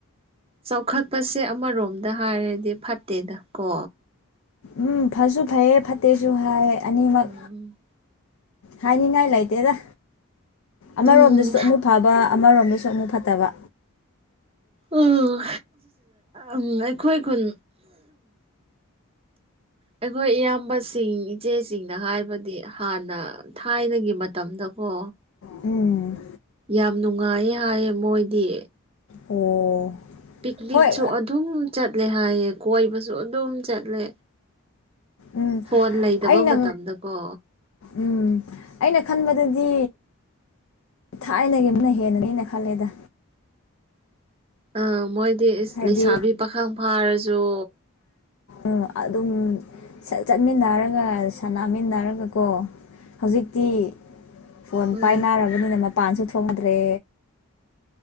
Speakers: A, on the right; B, on the left.
A: ꯆꯥꯎꯈꯠꯄꯁꯦ ꯑꯃꯔꯣꯝꯗ ꯍꯥꯏꯔꯗꯤ ꯐꯠꯇꯦꯗ ꯀꯣ
B: ꯎꯝ ꯐꯁꯨ ꯐꯩꯌꯦ ꯐꯠꯇꯦꯁꯨ ꯍꯥꯏ ꯑꯅꯤꯃꯛ
A: ꯎꯝ
B: ꯍꯥꯏꯅꯤꯡꯉꯥꯏ ꯂꯩꯇꯦꯗ ꯑꯃꯔꯣꯝꯗꯁꯨ
A: ꯎꯝ
B: ꯑꯃꯨꯛ ꯐꯕ ꯑꯃꯔꯣꯝꯗꯁꯨ ꯑꯃꯨꯛ ꯐꯠꯇꯕ
A: ꯎꯝ ꯎꯝ ꯑꯩꯈꯣꯏ ꯑꯩꯈꯣꯏ ꯑꯩꯈꯣꯏ ꯏꯌꯥꯝꯕꯁꯤꯡ ꯏꯆꯦꯁꯤꯡꯅ ꯍꯥꯏꯕꯗꯤ ꯍꯥꯟꯅ ꯊꯥꯏꯅꯒꯤ ꯃꯇꯝꯗꯀꯣ
B: ꯎꯝ
A: ꯌꯥꯝ ꯅꯨꯡꯉꯥꯏ ꯍꯥꯏꯌꯦ ꯃꯣꯏꯗꯤ
B: ꯑꯣ
A: ꯄꯤꯛꯅꯤꯛꯁꯨ
B: ꯍꯣꯏ
A: ꯑꯗꯨꯝ ꯆꯠꯂꯦ ꯍꯥꯏꯌꯦ ꯀꯣꯏꯕꯁꯨ ꯑꯗꯨꯝ ꯆꯠꯂꯦ
B: ꯎꯝ
A: ꯐꯣꯟ ꯂꯩꯇꯕ
B: ꯑꯩꯅ
A: ꯃꯇꯝꯗꯀꯣ
B: ꯎꯝ ꯑꯩꯅ ꯈꯟꯕꯗꯗꯤ ꯊꯥꯏꯅꯒꯤ ꯑꯃꯅ ꯍꯦꯟꯅꯅꯦꯩꯅ ꯈꯜꯂꯦꯗ
A: ꯑꯥ ꯃꯣꯏꯗꯤ ꯏꯁ
B: ꯍꯥꯏꯕꯗꯤ
A: ꯂꯩꯁꯥꯕꯤ ꯄꯥꯈꯪ ꯐꯥꯔꯁꯨ
B: ꯎ ꯑꯗꯨꯝ ꯆꯠꯃꯤꯟꯅꯔꯒ ꯁꯥꯟꯅꯃꯤꯟꯅꯔꯒ ꯀꯣ ꯍꯧꯖꯤꯛꯇꯤ ꯐꯣꯟ
A: ꯎꯝ
B: ꯄꯥꯏꯅꯔꯕꯅꯤꯅ ꯃꯄꯥꯟꯁꯨ ꯊꯣꯡꯅꯗ꯭ꯔꯦ